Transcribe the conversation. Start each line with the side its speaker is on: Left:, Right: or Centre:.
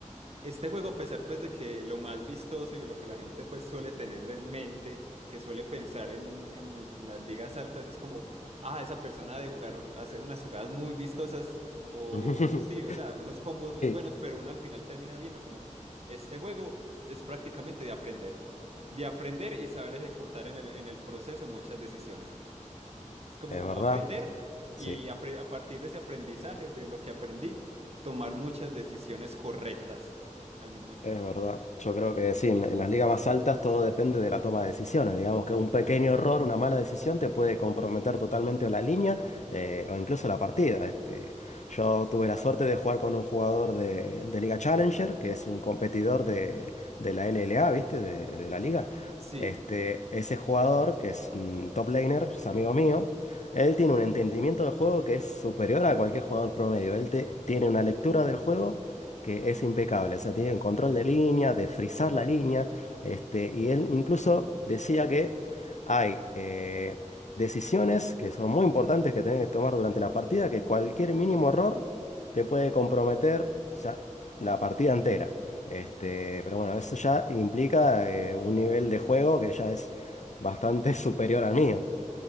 Right: Este juego, a pesar pues de que lo más vistoso y lo que la gente pues suele tener en mente, que suele pensar en, en las ligas altas, es como, ah, esa persona ha de jugar, hacer unas jugadas muy vistosas o,
Left: <laughs>
Right: o sí, o sea, unos combos muy buenos,
Left: Sí,
Right: pero uno al final termina viendo como, este juego es prácticamente de aprender, de aprender y saber ejecutar en el, en el proceso muchas decisiones. Es como
Left: es verdad,
Right: aprender y
Left: sí.
Right: apre- a partir de ese aprendizaje, de lo que aprendí, tomar muchas decisiones correctas al mismo tiempo.
Left: Es verdad, yo creo que sí, en, la- en las ligas más altas todo depende de la toma de decisiones. Digamos que un pequeño error, una mala decisión te puede comprometer totalmente la línea eh, o incluso la partida. Este, yo tuve la suerte de jugar con un jugador de, de Liga Challenger, que es un competidor de, de la LLA, ¿viste? De, de la liga.
Right: Sí,
Left: Este, ese jugador, que es un top laner, es amigo mío, él tiene un entendimiento del juego que es superior a cualquier jugador promedio. Él te- tiene una lectura del juego que es impecable. O sea, tiene el control de línea, de frizar la línea. Este, y él incluso decía que hay eh, decisiones que son muy importantes que tienen que tomar durante la partida, que cualquier mínimo error te puede comprometer, o sea, la partida entera. Este, pero bueno, eso ya implica eh, un nivel de juego que ya es bastante <laughs> superior al mío.